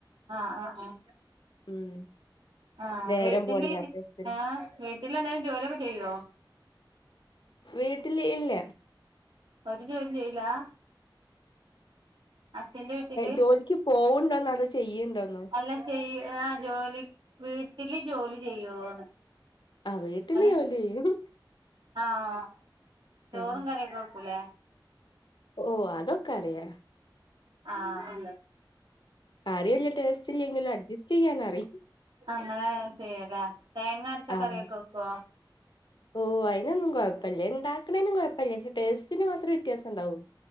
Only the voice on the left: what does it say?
ഉം
നേരം
പോണ്ടേ അപ്പഴത്തിന്
വീട്ടില് ഇല്ല
ജോലിക്ക് പോവ്ണ്ടേന്ന് അതോ ചെയ്യ്ൺണ്ടോന്നോ
ആഹ് വീട്ടില്
ജോലി ചെയ്യും
ഉം
ഓഹ് അതൊക്കറിയ
കറി വല്ല്യ ടേസ്റ്റ് ഇല്ലെങ്കിലും അഡ്ജസ്റ്റിയ്യാനറിയ
ആഹ്
ഓഹ് അതിനൊന്നും കൊഴപ്പല്ല ഇണ്ടാക്ക്ണേനും കൊഴപ്പല്ല പക്ഷേ ടേസ്റ്റിന് മാത്രെ വ്യത്യാസണ്ടാവു